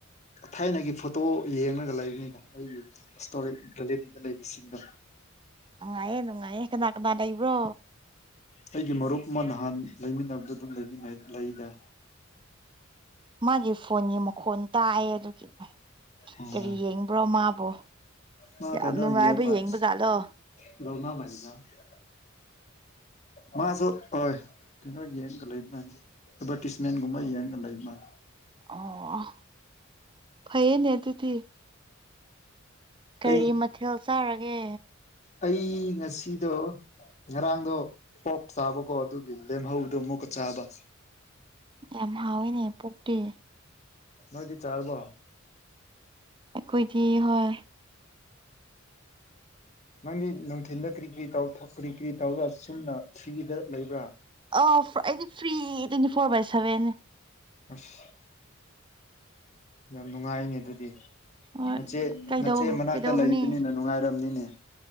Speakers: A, on the left (about 35°); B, on the right (about 25°).
A: ꯊꯥꯏꯅꯒꯤ ꯐꯣꯇꯣ ꯌꯦꯡꯉꯒ ꯂꯩꯕꯅꯤꯗ ꯑꯩꯒꯤ ꯏꯁꯇꯣ ꯀꯂꯦꯛꯗ ꯂꯩꯕꯁꯤꯡꯗ
B: ꯅꯨꯡꯉꯥꯏꯌꯦ ꯅꯨꯡꯉꯥꯏꯌꯦ ꯀꯅꯥ ꯀꯅꯥ ꯂꯩꯕ꯭ꯔꯣ
A: ꯑꯩꯒꯤ ꯃꯔꯨꯞ ꯑꯃ ꯅꯍꯥꯟ ꯂꯩꯃꯤꯟꯅꯕꯗꯣ ꯑꯗꯨꯝ ꯂꯩꯃꯤꯟꯅꯩ ꯂꯩꯗ
B: ꯃꯥꯒꯤ ꯐꯣꯟꯒꯤ ꯃꯈꯣꯟ ꯇꯥꯏꯑꯦ ꯑꯗꯨꯒꯤ
A: ꯑꯣ
B: ꯀꯔꯤ ꯌꯦꯡꯕ꯭ꯔꯣ ꯃꯥꯕꯨꯣ
A: ꯃꯥ
B: ꯌꯥꯝ
A: ꯀꯩꯅꯣ
B: ꯅꯨꯡꯉꯥꯏꯕ
A: ꯌꯦꯡ ꯃꯥꯜꯂꯦ
B: ꯌꯦꯡꯕ ꯖꯥꯠꯂꯣ
A: <inaudible> ꯃꯥꯁꯨ ꯍꯣꯏ ꯀꯩꯅꯣ ꯌꯦꯡꯉ ꯂꯩꯕꯅꯤ ꯑꯦꯗꯚꯔꯇꯤꯁꯃꯦꯟꯒꯨꯝꯕ ꯌꯦꯡꯉ ꯂꯩꯕꯅꯤ
B: ꯑꯣ ꯐꯩꯌꯦꯅꯦ ꯗꯨꯗꯤ ꯀꯔꯤ
A: ꯀꯩ
B: ꯃꯊꯦꯜ ꯆꯥꯔꯒꯦ
A: ꯑꯩ ꯉꯁꯤꯗꯣ ꯉꯔꯥꯡꯗꯣ ꯄꯣꯔꯛ ꯆꯥꯕꯀꯣ ꯑꯗꯨꯒꯤ ꯂꯦꯝꯍꯧꯗꯣ ꯑꯃꯨꯛꯀ ꯆꯥꯕ
B: ꯌꯥꯝ ꯍꯥꯎꯋꯦꯅꯦ ꯑꯗꯨꯗꯤ
A: ꯅꯣꯏꯗꯤ ꯆꯥꯔꯕꯣ
B: ꯑꯩꯈꯣꯏꯗꯤ ꯍꯣꯏ
A: ꯅꯪꯗꯤ ꯅꯨꯡꯊꯤꯤꯟꯗ ꯀꯔꯤ ꯀꯔꯤ ꯇꯧ ꯀꯔꯤ ꯀꯔꯤ ꯇꯧꯔ ꯆꯨꯝꯅ ꯊ꯭ꯔꯤꯗ ꯂꯩꯕ꯭ꯔꯥ
B: ꯑ ꯑꯩꯗꯤ ꯐ꯭ꯔꯤ ꯇ꯭ꯋꯦꯟꯇꯤ ꯐꯣꯔ ꯕꯥꯏ ꯁꯦꯚꯦꯟꯅꯦ
A: ꯑꯁ ꯌꯥꯝ ꯅꯨꯡꯉꯥꯏꯅꯦ ꯑꯗꯨꯗꯤ
B: ꯍꯣꯏ
A: ꯅꯆꯦꯠ
B: ꯀꯩꯗꯧ
A: ꯃꯆꯦꯠ ꯃꯅꯥꯛꯇ
B: ꯀꯩꯗꯧꯔꯨꯅꯤ
A: ꯂꯩꯕꯅꯤꯅ ꯅꯨꯡꯉꯥꯏꯔꯝꯅꯤꯅꯦ